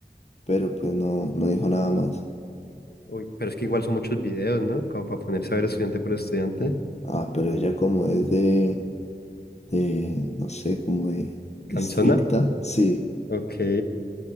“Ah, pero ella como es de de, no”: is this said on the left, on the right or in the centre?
Left